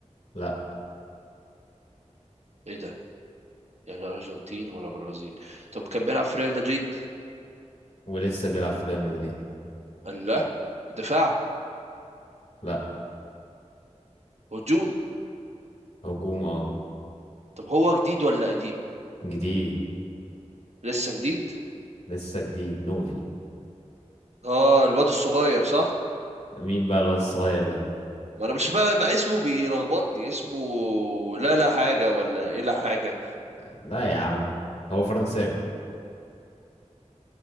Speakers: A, on the left (about 65°); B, on the right (about 65°).
A: لا
B: ايه ده يعني لا ارجنتين ولا برازيل طب كان بيلعب في ريال مدريد
A: ولسه بيلعب في ريال مدريد
B: قال لا دفاع
A: لا
B: هجوم
A: هجوم اه
B: طب هو جديد ولا قديم
A: جديد
B: لسه جديد
A: لسه جديد نوفي
B: اه الواد الصغير صح
A: مين بقى الواد الصغير ده
B: ما انا مش فاهم بقى اسمه بيلخبطني اسمه لا لا حاجة ولا ايه لا حاجة
A: لا يا عم هو فرنساوي